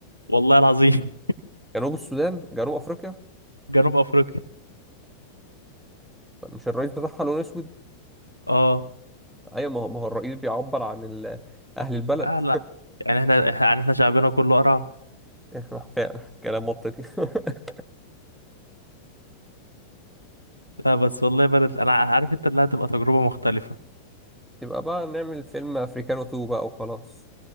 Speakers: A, on the right; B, in the centre.
A: والله العظيم
B: جنوب السودان جنوب افريقيا
A: <laughs> جنوب افريقيا
B: مش الرئيس بتاعها لون اسود
A: اه
B: ايوه ما هو ما هو الرئيس بيعبر عن ال... اهل البلد
A: آه لا يعني احنا إحنا- يعني احنا شعبنا كله قرع
B: <laughs> فعلا كلام منطقي <laughs>
A: لا بس والله بلد انا عارف انت اللي هتبقى تجربة مختلفة
B: يبقى بقى نعمل فيلم افريكانو 2 بقى وخلاص